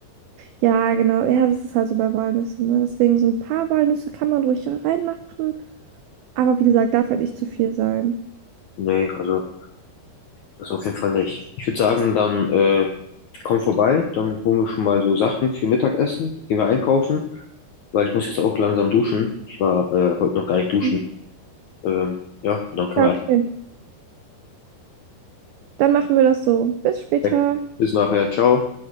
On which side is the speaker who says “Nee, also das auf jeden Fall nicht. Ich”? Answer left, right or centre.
Left